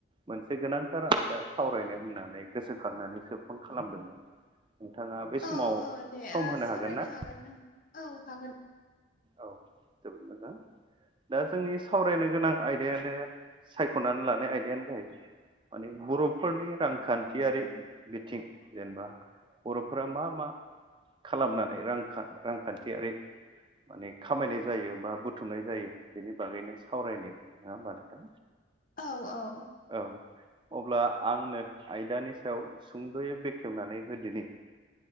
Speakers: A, on the right (about 25°); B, on the left (about 45°).
A: मोनसे गोनांथार आयदा सावरायनो होननानै गोसोखांनानैसो फन खालामदोंमोन नोंथाङा बे समाव
B: औ औ दे
A: सम
B: ओ
A: होनो
B: सावरायनो
A: हागोन ना
B: हागोन ओं औ हागोन
A: औ जोबोद मोजां दा जोंनि सावरायनो गोनां आयदायानो सायख'नानै लानाय आयदायानो जाहैबाय माने बर'फोरनि रांखान्थियारि बिथिं जेनेबा बर'फोरा मा मा खालामनानै रां रांखान्थियारि माने खामायनाय जायो बा बुथुमनाय जायो बिनि बागैनो सावरायनाय नङा होमबा नोंथां
B: औ औ
A: औ अब्ला आंनो आयदानि सायाव सुंद'यै बेखेवनानै होदोनि